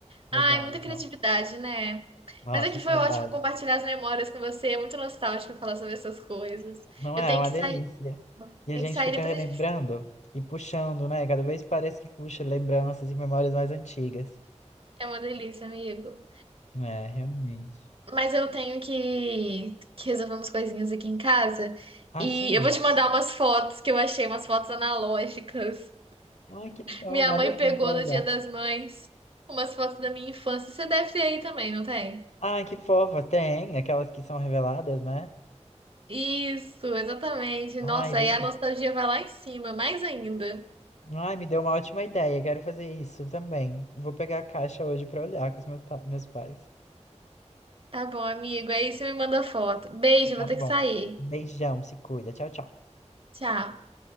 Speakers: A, on the left (about 70°); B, on the right (about 50°).
A: Legal,
B: Ai, muita
A: legal.
B: criatividade, né?
A: Nossa,
B: Mas aqui
A: saudade.
B: foi ótimo compartilhar as memórias com você. É muito nostálgico falar sobre essas coisas.
A: Não
B: Eu
A: é?
B: tenho
A: É uma
B: que
A: delícia.
B: sair,
A: E a
B: tenho
A: gente
B: que sair
A: fica
B: depois
A: relembrando
B: a gente.
A: e puxando, né? Cada vez parece que puxa lembranças e memórias mais antigas.
B: É uma delícia, amigo.
A: É, realmente.
B: Mas eu tenho que, que resolver umas coisinhas aqui em casa.
A: Ah,
B: E
A: sim?
B: eu vou te mandar umas fotos que eu achei, umas fotos analógicas.
A: Ai, que legal.
B: Minha
A: Manda
B: mãe
A: assim
B: pegou
A: pra eu
B: no
A: olhar.
B: Dia das Mães umas fotos da minha infância. Você deve ter aí também, não tem?
A: Ai, que fofa. Tem aquelas que são reveladas, né?
B: Isso, exatamente.
A: Ai,
B: Nossa,
A: delícia.
B: aí a nostalgia vai lá em cima, mais ainda.
A: Ai, me deu uma ótima ideia. Quero fazer isso também. Vou pegar a caixa hoje pra olhar com os meus, pa- meus pais.
B: Tá bom, amigo. Aí você me manda foto. Beijo,
A: Tá
B: vou ter
A: bom.
B: que sair.
A: Beijão, se cuida. Tchau, tchau.
B: Tchau.